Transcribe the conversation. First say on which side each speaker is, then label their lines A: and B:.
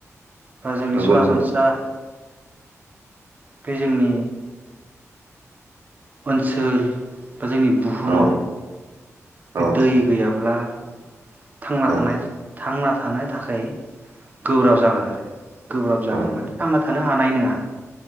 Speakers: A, on the right (about 30°); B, on the right (about 70°).
A: बा जोंनि
B: हागोन
A: सरासनस्रा
B: ना
A: बे जोंनि ओनसोल बा जोंनि बुहुमाव
B: औ औ नंगौ
A: बे
B: नोंथां औ
A: दै गैयाब्ला थांना
B: औ
A: थानाय थांना थानो थाखाय गोब्राब जागोन आरो गोब्राब
B: औ
A: जागोन
B: औ
A: माने थांना थानो। हानाय नोङा